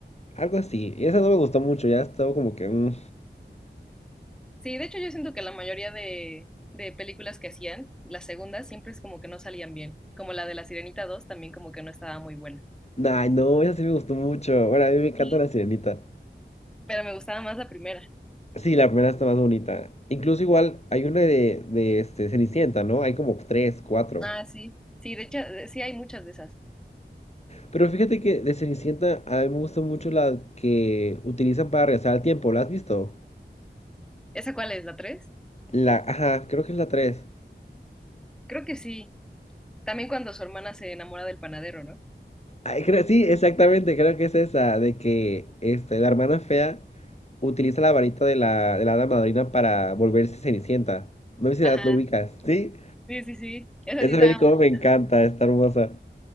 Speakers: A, on the left; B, in the centre.
A: Algo así. Y esa no me gustó mucho, ya estaba como que... mm.
B: Sí, de hecho yo siento que la mayoría de, de películas que hacían, las segundas siempre es como que no salían bien, como la de La Sirenita 2 también como que no estaba muy buena.
A: Ay, no, esa sí me gustó mucho. Bueno, a mí me encanta
B: Sí.
A: la sirenita.
B: Pero me gustaba más la primera.
A: Sí, la primera está más bonita. Incluso igual hay una de, de este, Cenicienta, ¿no? Hay como tres, cuatro.
B: Ah, sí, sí, de hecho, sí hay muchas de esas.
A: Pero fíjate que de Cenicienta a mí me gusta mucho la que utilizan para regresar al tiempo. ¿La has visto?
B: ¿Esa cuál es? ¿La tres?
A: La, ajá, creo que es la tres.
B: Creo que sí. También cuando su hermana se enamora del panadero, ¿no?
A: Ay, creo- sí, exactamente, creo que es esa, de que este, la hermana fea utiliza la varita de la, de la hada madrina para volverse Cenicienta. No sé si
B: Ajá.
A: la, lo ubicas, ¿sí?
B: Sí, sí, sí. Esa
A: Esa
B: sí estaba
A: película
B: muy
A: me
B: buena.
A: encanta, está hermosa.